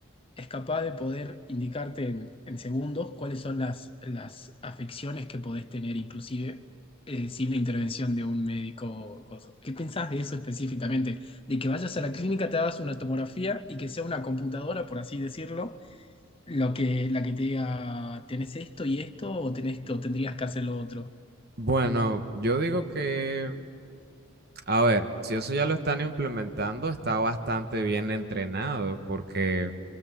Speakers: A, on the left; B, on the right.
A: es capaz de poder indicarte en, en segundos cuáles son las, las afecciones que podés tener inclusive eh, sin la intervención de un médico. o ¿Qué pensás de eso específicamente? De que vayas a la clínica, te hagas una tomografía y que sea una computadora, por así decirlo, lo que, la que te diga, tenés esto y esto o tenés, o tendrías que hacer lo otro.
B: Bueno, yo digo que A ver, si eso ya lo están implementando, está bastante bien entrenado porque